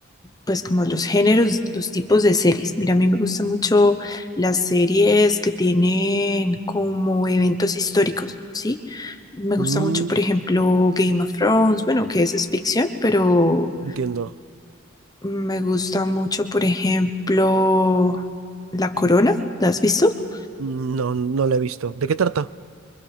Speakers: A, on the left (about 20°); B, on the right (about 85°).
A: pues como los géneros, los tipos de series. Mira, a mí me gustan mucho las series que tienen como eventos históricos, ¿sí? Me
B: Mm,
A: gusta mucho, por ejemplo, Game of Thrones, bueno, que eso es ficción, pero
B: entiendo.
A: me gusta mucho, por ejemplo, La Corona, ¿la has visto?
B: Mm, No, no la he visto. ¿De qué trata?